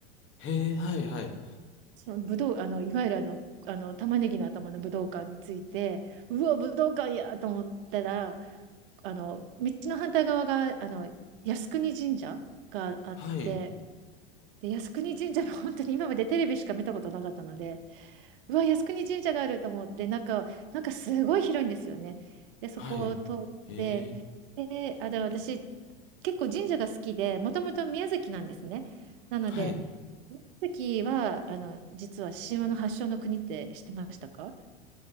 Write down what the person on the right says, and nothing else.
その武道、あの、いわゆるあの、あの玉ねぎの頭の武道館について、うわ、武道館やと思ったら、あの道の反対側があの靖国神社があって
で靖国神社の本当に今までテレビしか見たことなかったのでうわ、靖国神社があると思って、なんか、なんかすごい広いんですよね。で、そこを通って、
で、あの、でも私、結構神社が好きで、もともと宮崎なんですね。なので、
宮崎は、あの、実は神話の発祥の国って知ってましたか